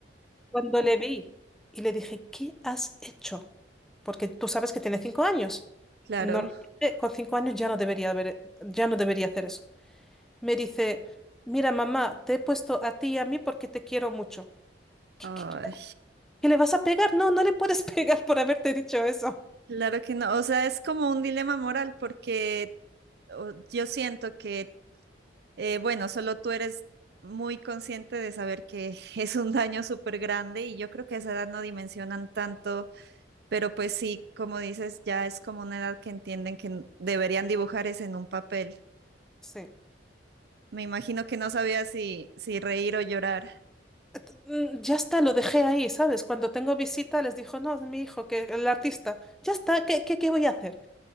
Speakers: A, in the centre; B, on the right (about 60°).
A: Cuando le vi y le dije, ¿qué has hecho? Porque tú sabes que tiene cinco años.
B: claro.
A: Normalmente con cinco años ya no debería haber, ya no debería hacer eso. Me dice, mira, mamá, te he puesto a ti y a mí porque te quiero mucho. ¿Qué,
B: Ay.
A: qué- qué- qué le vas a pegar? No, no le puedes <laughs> pegar por haberte dicho eso.
B: Claro que no, o sea, es como un dilema moral porque o- yo siento que, eh, bueno, solo tú eres muy consciente de saber que <laughs> es un daño súper grande y yo creo que a esa edad no dimensionan tanto, pero pues sí, como dices, ya es como una edad que entienden que n- deberían dibujar es en un papel.
A: Sí.
B: Me imagino que no sabía si, si reír o llorar.
A: Et- mm, Ya está, lo dejé ahí, ¿sabes? Cuando tengo visita les dijo, no, es mi hijo, que el artista. Ya está, ¿qué, qué, qué voy a hacer?